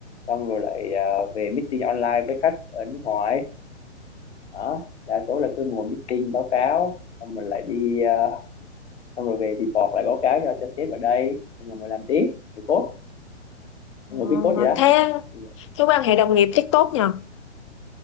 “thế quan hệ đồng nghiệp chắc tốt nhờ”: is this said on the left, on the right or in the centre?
Left